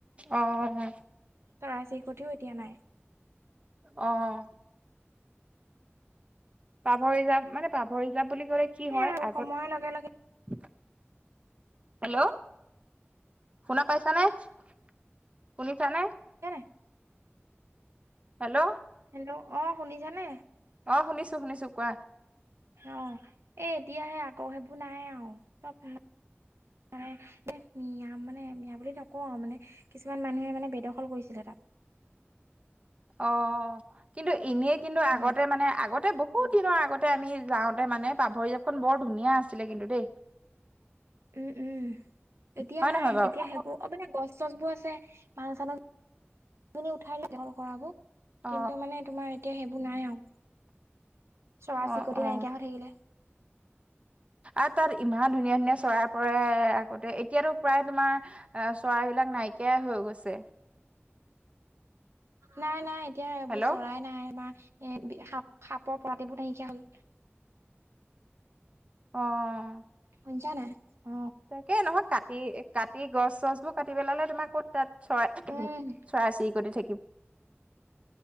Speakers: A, on the right; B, on the right.
A: অ অ
B: চৰাই-চিৰিকটিও এতিয়া নাই।
A: অহ। পাভ ৰিজাৰ্ভ যাব মানে পাভ ৰিজাৰ্ভ বুলি ক'লে কি হয়
B: এ আৰু
A: আগত
B: সময়ৰ লগে লগে
A: হেল্ল' শুনা পাইছানে, শুনিছানে?
B: কেতে
A: হেল্ল'
B: হেল্ল' অ শুনিছানে
A: অ শুনিছোঁ, শুনিছোঁ। কোৱা?
B: অ এ এতিয়াহে আকৌ সেইবোৰ নাই আও চব
A: <inaudible>
B: মানে মিয়া মানে মিয়া বুলি নকওঁ আৰু মানে কিছুমান মানুহে মানে বেদখল কৰিছিলে তাত।
A: <inaudible> অ কিন্তু এনেই কিন্তু
B: অ
A: আগতে মানে আগতে বহুত দিনৰ আগতে আমি যাওঁতে মানে পাভ ৰিজাৰ্ভ খন বৰ ধুনীয়া আছিলে কিন্তু দেই।
B: উম উম এতিয়া
A: হয়
B: নাই
A: নহয় বাৰু
B: এতিয়া সেইবোৰ মানে গছ চচবোৰ আছে মানুহ চানুহ উঠাই দখল কৰা বোৰ।
A: অ
B: কিন্তু মানে তোমাৰ এতিয়া সেইবোৰ নাই আও। চৰাই-চৰিকটি
A: অ অ
B: নাইকিয়া হৈ থাকিলে।
A: আৰু তাত, ইমান ধুনীয়া, ধুনীয়া চৰাই পৰে আগতে! এতিয়াতো প্ৰায় তোমাৰ, আঁ চৰাই এই বিলাক নাইকিয়াই হৈ গৈছে।
B: নাই, নাই। এতিয়া এইবোৰ
A: হেল্ল'
B: চৰাই নাই। আমাৰ এ, সাপ, সাপৰ প্ৰজাতিবোৰ নাইকিয়া হ'ল।
A: অ'!
B: শুনিছা নাই? অ
A: তাকে, নহয়। কাটি, কাটি গছ চছবোৰ কাটি পেলালে। তোমাৰ ক'ত তাত চৰাই,
B: উম
A: চৰাই-চিৰিকটি থাকি